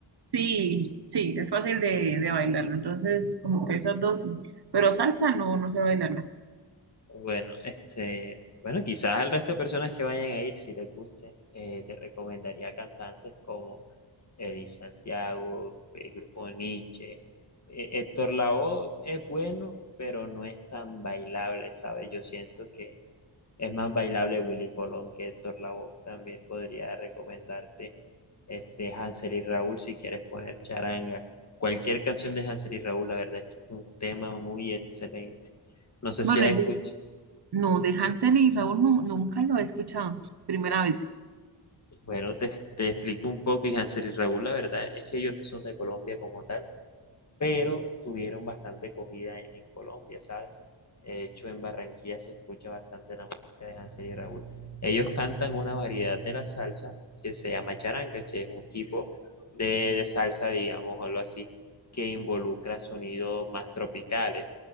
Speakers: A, on the right; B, on the left.
A: Sí, sí, es fácil de, de bailarlo. Entonces, como que esas dos sí. Pero salsa no, no sé bailarla.
B: Bueno, este, bueno, quizás al resto de personas que vayan a ir, si les guste, eh, te recomendaría cantantes como Eddie Santiago, el grupo Nietzsche. Eh, Héctor Lavoe es bueno, pero no es tan bailable, ¿sabes? Yo siento que es más bailable Willy Colón que Héctor Lavoe. También podría recomendarte este Hansel y Raúl si quieres poner charanga. Cualquier canción de Hansel y Raúl, la verdad es que es un tema muy excelente. No sé
A: Bueno,
B: si has
A: yo
B: escuchado.
A: no, de Hansel y Raúl nu- nunca lo he escuchado. Primera vez.
B: Bueno, te, te explico un poco, y Hansel y Raúl, la verdad es que ellos no son de Colombia como tal pero tuvieron bastante acogida en, en Colombia, ¿sabes? De hecho, en Barranquilla se escucha bastante la música de Hansel y Raúl. Ellos cantan una variedad de la salsa que se llama charanga, que es un tipo de, de salsa, digamos, o algo así, que involucra sonidos más tropicales,